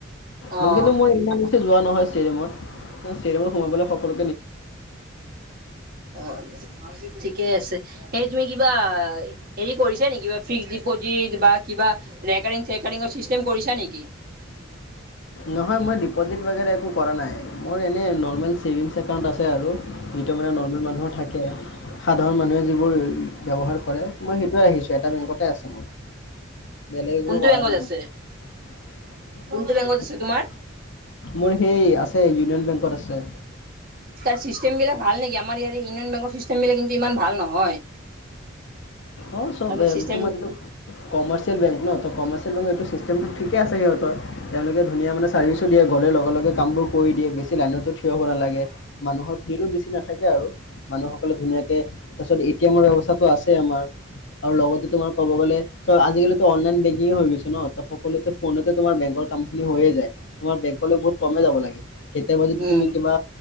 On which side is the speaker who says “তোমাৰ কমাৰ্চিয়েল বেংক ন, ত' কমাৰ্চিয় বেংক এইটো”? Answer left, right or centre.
Left